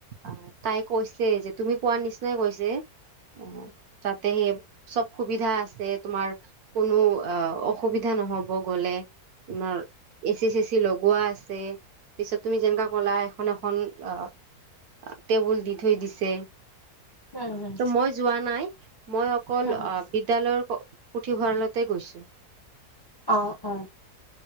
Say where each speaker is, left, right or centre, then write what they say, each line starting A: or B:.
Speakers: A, on the right; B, on the left.
A: আহ তাই কৈছে যে তুমি কোৱাৰ নিচিনাই কৈছে। অ', তাতে সেই চব সুবিধা আছে তোমাৰ কোনো অ' অ অসুবিধা নহব গলে, তমাৰ এচি চেচি লগোৱা আছে। পিছত তুমি যেনেকা কলা এখন এখন অ' টেবুল দি থৈ দিছে।
B: উম উম
A: ত মই যোৱা নাই, মই অকল
B: উম
A: আহ বিদ্যালয়ৰ পুথিভঁৰালতে গৈছো।
B: অ', অ',